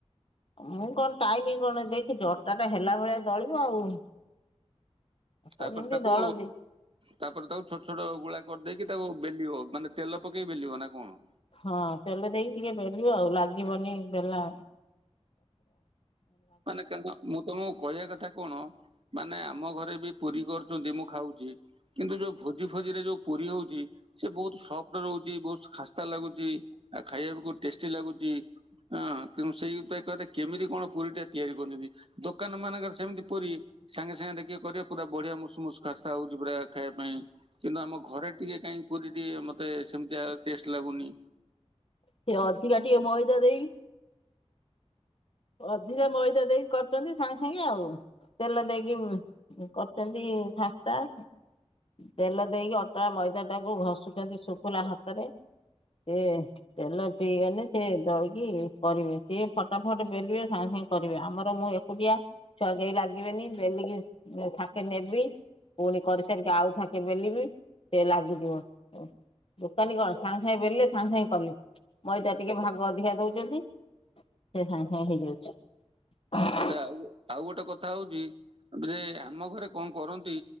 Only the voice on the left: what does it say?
ମୁଁ କଣ ଟାଇମ କଣ ଦେଖିଛି ଅଟାଟା ହେଲା ଭଳିଆ ଦଳିବ ଆଉ। ଅଟା
ଯେମିତି
ଦଳନ୍ତି
ହଁ ତେଲ ଦେଇକି ଟିକେ ବେଲିବ ଆଉ ଲାଗିବନି ହେଲା
ସିଏ ଅଧିକା ଟିକେ ମଇଦା ଦେଇି ଅଧିକା ମଇଦା ଦେଇ କରୁଛନ୍ତି ସାଙ୍ଗେ ସାଙ୍ଗେ ଆଉ। ତେଲ ଦେଇକି କରୁଛନ୍ତି ଖାସ୍ତା। ତେଲ ଦେଇକି ଅଟା ମଇଦା ଟାକୁ ଘଷୁଛନ୍ତି ଶୁଖୁିଲା ହାତରେ। ସେ ତେଲ ପିଇଗଲେ ସେ ଦଳିକି କରିବେ ସିଏ ଫଟାଫଟ ବେ ସିଏ ସାଙ୍ଗେ ସାଙ୍ଗେ କରିବେ ଆମର ମୁଁ ଏକୁଟିଆ ଛଗେଇ ଲାଗିବେନି ବେଲିକି ଥାକେ ନେବି। ପୁଣି କରିସାରିକି ଆଉ ଥାକେ ବେଲବି ସେ ଲାଗିଯିବ। ଦୋକାନୀ କଣ ସାଙ୍ଗେ ସାଙ୍ଗେ ବେଲେ ସାଙ୍ଗେ ସାଙ୍ଗେ କଲେ ମଇଦା ଟିକେ ଭାଗ ଅଧିକା ଦଉଛନ୍ତି। ସେ ସଙ୍ଗେ ସଙ୍ଗେ ହେଇଯାଉଚି।